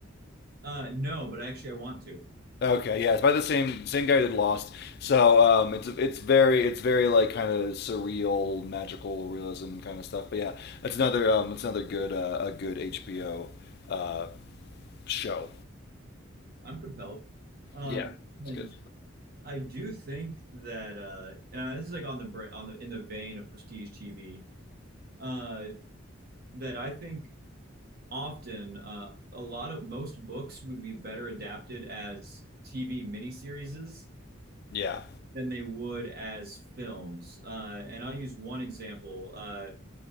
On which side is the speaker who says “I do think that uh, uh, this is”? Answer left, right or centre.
Right